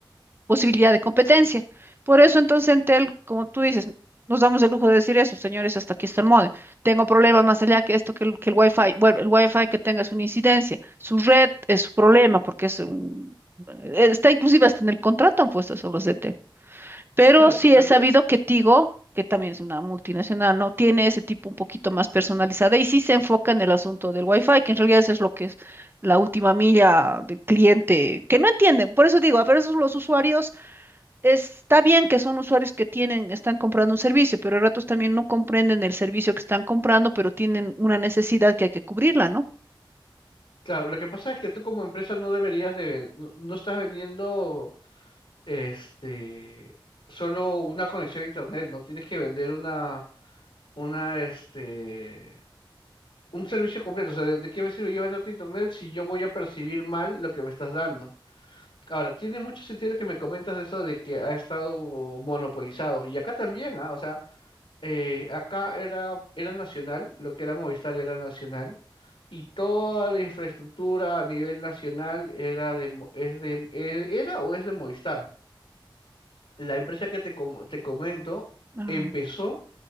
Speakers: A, on the right; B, on the left.
A: posibilidad de competencia. Por eso entonces Entel, como tú dices, nos damos el lujo de decir eso, señores, hasta aquí está el módem. Tengo problemas más allá que esto, que el, que el Wi-Fi. Bueno, el Wi-Fi que tenga es una incidencia. Su red es su problema porque es un... Está inclusive hasta en el contrato han puesto eso los de Entel. Pero
B: Claro,
A: sí
B: pero-
A: he sabido que Tigo, que también es una multinacional, ¿no? Tiene ese tipo un poquito más personalizada y sí se enfoca en el asunto del Wi-Fi, que en realidad eso es lo que es la última milla del cliente, que no entiende. Por eso digo, a veces los usuarios Está bien que son usuarios que tienen, están comprando un servicio, pero a ratos también no comprenden el servicio que están comprando, pero tienen una necesidad que hay que cubrirla, ¿no?
B: claro, lo que pasa es que tú como empresa no deberías de, ven- no, no estás vendiendo este solo una conexión a internet, no tienes que vender una una, este, un servicio completo. O sea, ¿de, de qué me sirve yo venderte internet si yo voy a percibir mal lo que me estás dando? Ahora, tiene mucho sentido que me comentas eso de que ha estado monopolizado. Y acá también, ¿ah? O sea, eh, acá era, era nacional, lo que era Movistar era nacional. Y toda la infraestructura a nivel nacional era de, Mo- es de, e- era o es de Movistar la empresa que te, com- te comento
A: Ah,
B: empezó